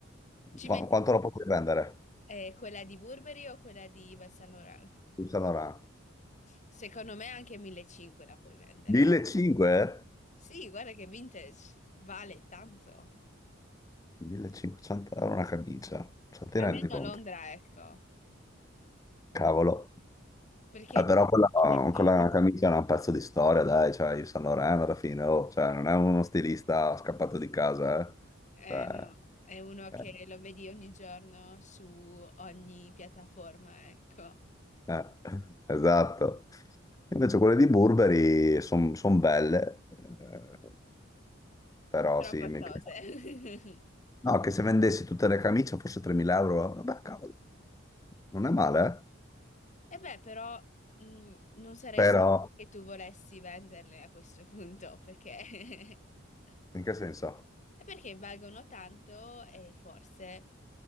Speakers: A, on the left; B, on the left.
A: Ci
B: qu-
A: metti
B: quanto la potrei vendere?
A: eh, quella di Burberry o quella di Yves Saint Laurent?
B: Il Saint Laurent.
A: Secondo me anche 1500 la puoi vendere.
B: 1500?
A: Sì, guarda che vintage vale tanto.
B: 1500 euro una camicia, cioè ti
A: Almeno
B: rendi conto?
A: a Londra, ecco.
B: Cavolo.
A: Perché
B: Eh,
A: di-
B: però quella,
A: ce ne sono.
B: quella camicia è un pezzo di storia, dai, cioè il Saint Laurent alla fine, oh, cioè, non è uno stilista scappato di casa, eh.
A: Eh,
B: Cioè,
A: no, è uno che
B: eh.
A: lo vedi ogni giorno su ogni piattaforma, ecco.
B: Eh, esatto. Invece quelle di Burberry sono belle, eh, però
A: Però
B: sì,
A: costose.
B: mi piace.
A: <laughs>
B: No, che se vendessi tutte le camicie forse 3.000 euro, vabbè, cavolo, non è male, eh?
A: E beh, però mh, non sarei
B: Però,
A: sicura che tu volessi venderle a questo punto, perché... <laughs>
B: in che senso?
A: è perché valgono tanto e forse